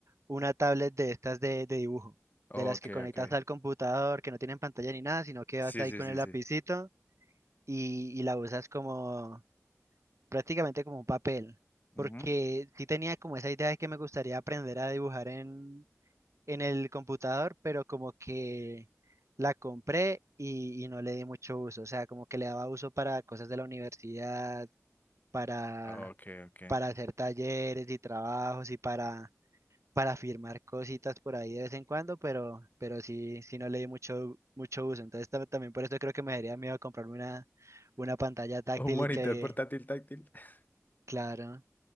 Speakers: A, on the right; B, on the left.
A: una tablet de estas de, de dibujo,
B: Ok,
A: de las que conectas
B: ok.
A: al computador, que no tienen pantalla ni nada, sino que
B: Sí,
A: vas ahí
B: sí,
A: con
B: sí,
A: el lapicito
B: sí.
A: y, y la usas como prácticamente como un papel. Porque
B: Ujú.
A: sí tenía como esa idea de que me gustaría aprender a dibujar en, en el computador, pero como que la compré y, y no le di mucho uso. O sea, como que le daba uso para cosas de la universidad, para,
B: Ok, ok.
A: para hacer talleres y trabajos y para para firmar cositas por ahí de vez en cuando, pero, pero sí, sí no le di mucho, mucho uso. Entonces tam- también por eso creo que me daría miedo comprarme una, una pantalla táctil
B: Un monitor
A: y que,
B: portátil táctil. <laughs>
A: claro.